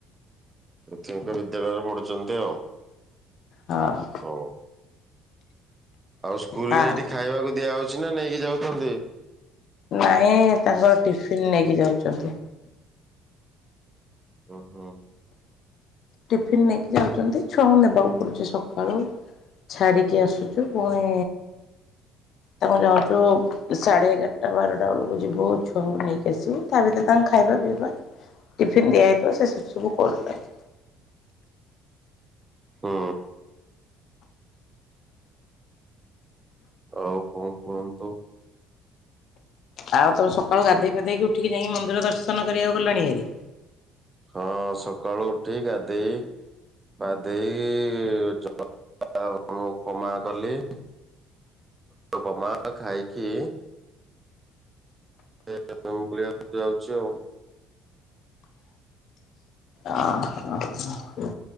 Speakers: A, on the right; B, on the left.
A: ପ୍ରାଥମିକ ବିଦ୍ୟାଳୟରେ ପଢୁଛନ୍ତି ଆଉ।
B: ହଁ।
A: ହଉ ଆଉ ସ୍କୁଲ
B: ହଁ
A: ରେ ଏଇଠି ଖାଇବାକୁ ଦିଆହଉଛି ନା ନେଇକି ଯାଉଛନ୍ତି?
B: ନାଇଁ ତାଙ୍କର ଟିଫିନ ନେଇକି ଯାଉଛନ୍ତି।
A: <unintelligible> ଓହୋ।
B: ଟିଫିିନ ନେଇକି ଯାଉଛନ୍ତି ଛୁଆଙ୍କୁ ନେବାକୁ ପଡୁଛି ସକାଳୁ। ଛାଡିକି ଆସୁଛୁ ପୁଣି ତାଙ୍କୁ ଯାଉଚୁ। ସାଢେ ଏଗାରଟା ବାରଟା ବେଳକୁ ଯିବୁ ଛୁଆଙ୍କୁ ନେଇକି ଆସିବୁ ତା ଭିତରେ ତାଙ୍କୁ ଖାଇବା ପିଇବା ଟିଫିିନ ଦିଆ ହେଇଥିବ ସେ ସେଠି ସବୁ କରୁଥାନ୍ତି।
A: ହୁଁ। ଆଉ କଣ କୁହନ୍ତୁ।
B: ଆଉ ତମେ ସକାଳୁ ଗାଧେଇ ପାଧେଇକି ଉଠିକି ଯାଇକି ମନ୍ଦିର ଦର୍ଶନ କରିବାକୁ ଗଲାଣି ହାରି?
A: ହଁ ସକାଳୁ ଉଠି ଗାଧେଇ ଗାଧେଇକି ଜ ଉପମା କଲି। ଉପମା ଖଇକି <unintelligible> ଯାଉଛି ଆଉ।
B: ଆ ହାଁ ହାଁ।